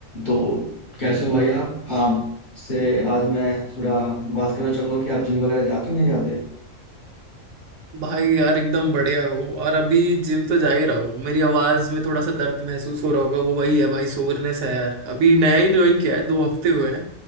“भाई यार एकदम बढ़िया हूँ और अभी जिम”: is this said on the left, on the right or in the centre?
Right